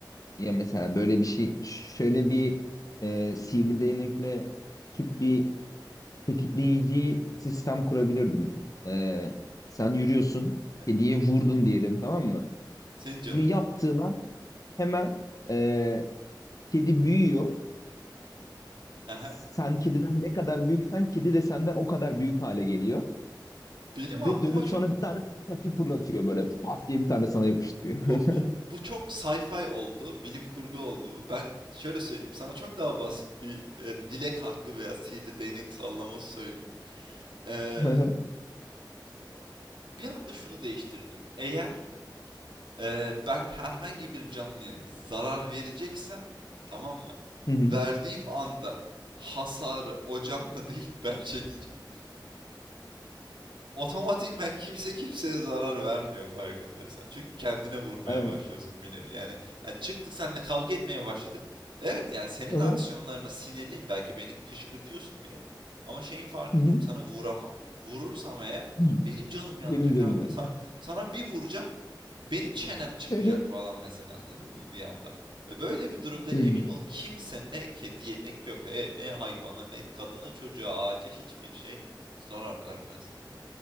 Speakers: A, on the left (about 45°); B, on the right (about 80°).
A: ya mesela böyle bir şey şöyle bir e, sihirli değnekle küçük bir tetikleyici sistem kurabilirdim. E, sen yürüyorsun.
B: <laughs>
A: Kediye vurdun diyelim tamam mı?
B: Senin canın
A: Bunu yaptığın
B: acıyor.
A: hemen e, kedi büyüyor.
B: Aha.
A: Sen kediden ne kadar büyüksen kedi de senden o kadar büyük hale geliyor.
B: Benim
A: Ve
B: aklıma
A: dönüp
B: çok
A: sana bir tane pati fırlatıyor böyle. Pat diye bir tane sana yapıştırıyor.
B: bu
A: <laughs>
B: bu bu çok sci-fi oldu, bilim kurgu oldu bu. Ben şöyle söyleyeyim, sana çok daha basit bir e, dilek hakkı veya sihirli değnek sallaması söyleyeyim. Ee,
A: Hı hı.
B: Bir anda şunu değiştirdim. Eğer, eee, ben herhangi bir canlıya zarar vereceksem, tamam mı?
A: Hı hı.
B: Verdiğim anda hasarı o canlı <laughs> değil ben çekeceğim otomatikman kimse kimseye zarar vermiyor farkındaysan. Çünkü kendine vurmaya
A: Evet.
B: başlıyorsun bir nevi. Yani, ha, çıktık seninle kavga etmeye başladık. Evet yani senin
A: Hı hı.
B: aksiyonlarına sinirliyim. Belki beni kışkırtıyorsun bile. Ama şeyin farkındayım.
A: Hı
B: Sana vuramam. Vurursam eğer
A: hı.
B: benim canım yanacak
A: Benim canım
B: abi.
A: ya.
B: Sa- sana bir vuracağım. Benim çenem çıkacak
A: <laughs>
B: falan mesela anladın mı bir anda? Ve böyle bir durumda emin
A: Canım.
B: ol kimse ne kediye ne köpeğe ne hayvana ne kadına çocuğa ağaca hiçbir şey zarar vermez.